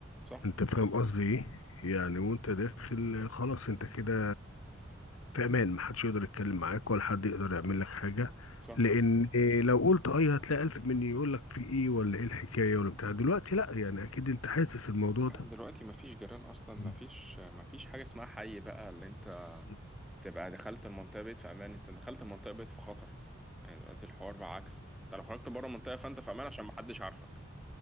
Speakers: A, in the centre; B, on the left.
A: صح
B: انت فاهم قصدي ايه يعني وانت داخل خلاص انت كده في امان محدش يقدر يتكلم معاك ولا حد يقدر يعمل لك حاجه
A: صح
B: لان إيه لو قلت اي هتلاقي الف مني يقول لك في ايه ولا ايه الحكايه ولا بتاع دلوقتي لا يعني اكيد انت حاسس الموضوع
A: لا
B: ده
A: دلوقتي مفيش جيران أصلا مفيش
B: <clears throat>
A: مفيش حاجة اسمها حي بقى اللي أنت
B: مم.
A: تبقى دخلت المنطقة بقيت في أمان أنت دخلت المنطقة بقيت في خطر يعني دلوقتي الحوار بقى عكس أنت لو خرجت بره المنطقة فأنت في أمان عشان محدش عارفك